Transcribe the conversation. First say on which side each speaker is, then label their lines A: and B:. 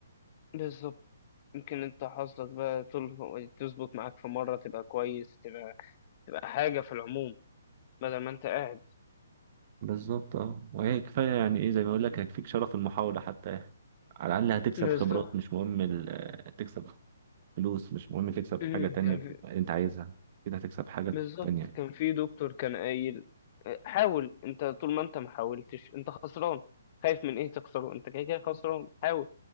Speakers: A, on the left; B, on the right.
A: بالظبط يمكن انت حظك بقى تل- تظبط معاك في مرة تبقى كويس تبقى تبقى حاجة في العموم بدل ما انت قاعد
B: بالظبط اه وهي كفايه يعني ايه زي ما اقول لك هيكفيك شرف المحاوله حتى يا اخي على الاقل هتكسب
A: بالظبط
B: خبرات مش مهم ال- آه، تكسب فلوس مش مهم تكسب
A: امم
B: حاجه تانية
A: كان في
B: في- انت عايزها كده هتكسب حاجه
A: بالظبط
B: تانية
A: كان في دكتور كان قايل آه، حاول انت طول ما انت ما حاولتش انت خسران خايف من ايه تخسره انت كده كده خسران حاول